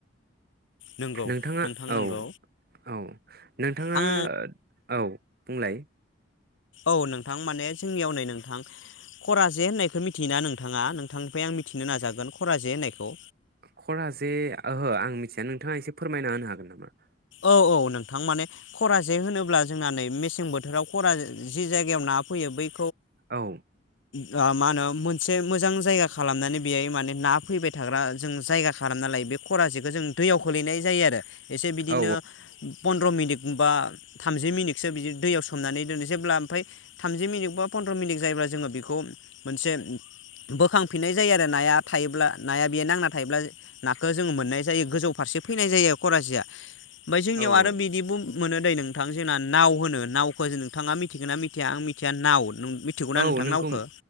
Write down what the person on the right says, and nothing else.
नोंथाङा
औ औ नोंथाङा
औ बुंलाय?
खरा जे ओहो आं मिथिया नोंथाङा एसे फोरमायना होनो हागोन नामा?
औ।
औ
औ
औ
औ
नोंखौ